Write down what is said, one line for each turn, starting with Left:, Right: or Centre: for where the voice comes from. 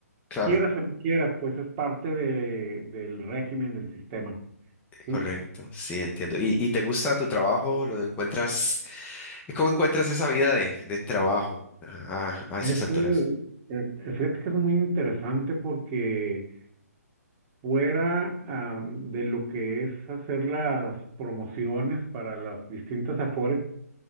Left: Claro.
Right: quieras o no quieras, pues es parte de, del régimen del sistema, ¿sí?
Left: Correcto, sí, entiendo. ¿Y, y te gusta tu trabajo? ¿Lo encuentras? eh, ¿Cómo encuentras esa vida de, de trabajo a, a
Right: Este,
Left: esas alturas?
Right: eh, fíjate que es muy interesante porque fuera am, de lo que es hacer las promociones para las distintas AFORES,